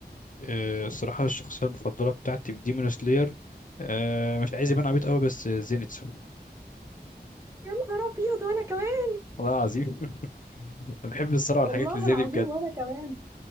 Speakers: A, on the left; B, on the right.
A: آه، الصراحة الشخصية المفضلة بتاعتي في ديمون سلاير آه، مش عايز يبان عبيط أوي بس زينتسو
B: يا نهار ابيض وانا كمان
A: والله العظيم <laughs> أنا بحب الصراحة
B: والله
A: والحاجات اللي زي
B: العظيم
A: دي بجد
B: وانا كمان